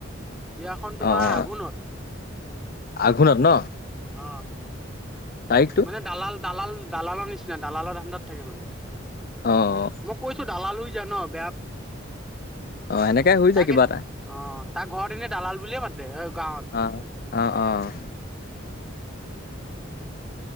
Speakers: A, in the centre; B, on the left.
A: বিয়াখন তোমাৰ
B: অ', অ',
A: আঘোণত।
B: আঘোণত ন।
A: অ
B: তাৰিখটো?
A: মানে দালাল দালাল দালালৰ নিচিনা দালালৰ ধাণ্ডাত থাকে মানে।
B: অ',
A: মই কৈছো দালাল হৈ যা ন বেয়া।
B: অ' এনেকাই শ
A: তাকে
B: যায় কিবা এটা।
A: অ তাৰ ঘৰত এনে দালাল বুলিয়ে মাতে অ' গাঁৱত।
B: অ', অ', অ',